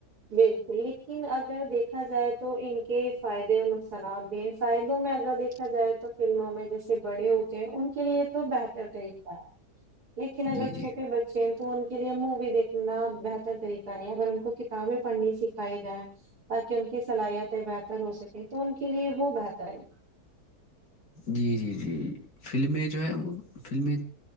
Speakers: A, on the right; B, on the left.
A: بالکل لیکن اگر دیکھا جائے تو ان کے فائدے اور نقصانات بھی ہیں فائدے میں اگر دیکھا جائے تو فلموں میں جیسے بڑے ہوتے ہیں ان کے لیے تو بہتر طریقہ ہے لیکن اگر
B: جی جی
A: چھوٹے بچے تو ان کے لیے مووی دیکھنا بہتر طریقہ نہیں اگر ان کو ک کتابیں پڑھنی سکھائی جائ تاکہ ان کی صلاحیتیں بہتر ہو سکیں تو ان کے لیے وہ بہتر ہے
B: جی جی جی فلمیں جو ہیں وہ فلمیں